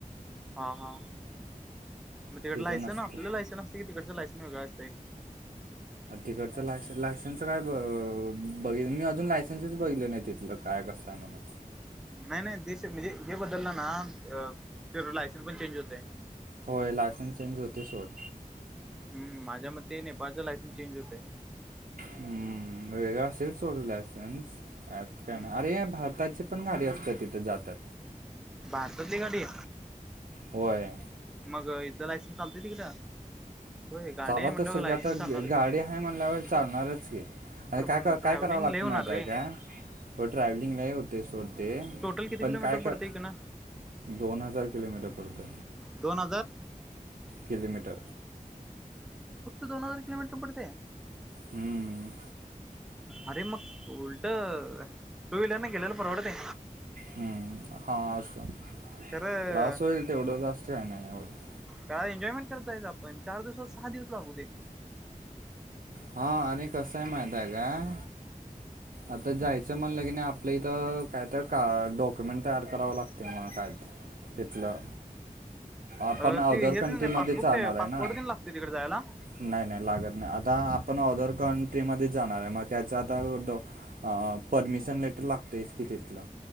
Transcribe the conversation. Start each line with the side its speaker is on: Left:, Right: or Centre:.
Centre: हा हा मग तिकडं
Right: तिथं
Centre: लायसन
Right: नसते.
Centre: आपल्या लायसन असते की तिकडचं लायसन वेगळं असते?
Right: तिकडच लाय लायसेनस काय ब बघित मी अजून लायसेन्सच बघितले नाही तिथलं काय कसं आहे. तमानं
Centre: नाही नाही देश म्हणजे हे बदललं ना आ तेच लायसन पण चेंज होतं.
Right: होय लायसन्स चेंज होते सोड.
Centre: हम् माझ्या मते नेपाळचं लायसन्स चेंज होतय.
Right: हम्म वेगळं असेल सोड लायसन्स अँप काय
Centre: हम्म
Right: नाही. अरे या भारताचे पण गाडी असतात तिथे जातात.
Centre: भारतातली गाडी.
Right: होय.
Centre: मग इथंल लायसन्स चालतंय तिकडं? होय गाडी
Right: चालत
Centre: आहे म्हटल्यावर
Right: असेल
Centre: लायसन्स
Right: की आता
Centre: चालणारच
Right: गाडी
Centre: की
Right: आहे म्हणल्यावर चालणारच की आणि
Centre: खरं
Right: काय
Centre: पण
Right: कर
Centre: ट्रॅव्हलिंग
Right: काय करावं लागत
Centre: लय होणार
Right: माहित
Centre: रे
Right: आहे काय, हो ट्रॅव्हलिंग लय होते सोड ते
Centre: टोटल किती
Right: पण
Centre: किलोमीटर
Right: काय
Centre: पडतय
Right: कर
Centre: इकडन
Right: दोन हजार किलोमीटर पडतय.
Centre: दोन हजार
Right: किलोमीटर
Centre: फक्त दोनहजार किलोमीटर पडते.
Right: हम्म.
Centre: अरे मग उलट टू व्हीलरन गेलेल परवडंते.
Right: हम्म हा असं
Centre: खरं
Right: त्रास होईल, तेवढं जास्त काही नाही एवढं
Centre: काय एन्जॉयमेंट करताय आपण चार दिवसाच सहा दिवस लागू दे.
Right: हा आणि कसं आहे माहित आहे काय? आता जायचं म्हणलं, की नाही आपलं इथं काय तर का डॉक्युमेंट तयार करावं लागते म्हणत आहेत. तिथलं आपण
Centre: अ
Right: अदर
Centre: ती हे
Right: कंट्रीमध्ये
Centre: पासबुक
Right: जाणार
Centre: ते
Right: आहे
Centre: पासपोर्ट
Right: ना
Centre: तेन लागते तिकडे जायला?
Right: नाही नाही लागत नाही. आता आपण ऑदर कंट्रीमध्ये जाणार आहे मग त्याचा आता डॉक्यु अ परमिशन लेटर लागतय च की तिथलं.